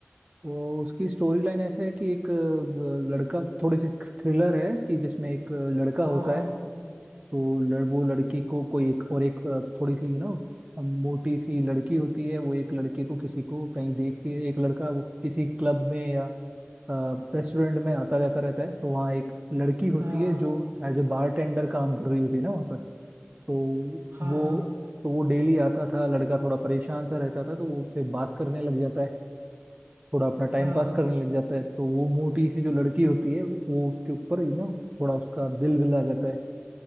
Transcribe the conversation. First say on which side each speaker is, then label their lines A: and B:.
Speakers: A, on the right; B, on the right.
A: तो उसकी स्टोरी लाइन ऐसे है कि एक अ, लड़का थोड़ी सी थ्रिलर है कि जिसमें एक अ, लड़का होता
B: हाँ हाँ
A: है तो लड़, वो लड़की को कोई एक और एक अ, थोड़ी सी यू नो मोटी सी लड़की होती है वो एक लड़के को किसी को कहीं देखती है एक लड़का वो किसी क्लब में या रेस्टोरेंट में आता जाता रहता है तो वहाँ एक लड़की होती
B: हाँ
A: है जो एज ए बारटेंडर काम कर रही होती है ना वहाँ पर तो
B: हाँ
A: वो
B: हाँ
A: तो वो डेली आता था लड़का थोड़ा परेशान सा रहता था तो वो उससे बात करने लग जाता है थोड़ा अपना टाइम
B: हाँ
A: पास
B: हाँ।
A: करने लग जाता है तो वो मोटी सी जो लड़की होती है वो उसके ऊपर यू नो थोड़ा उसका दिल विल आ जाता है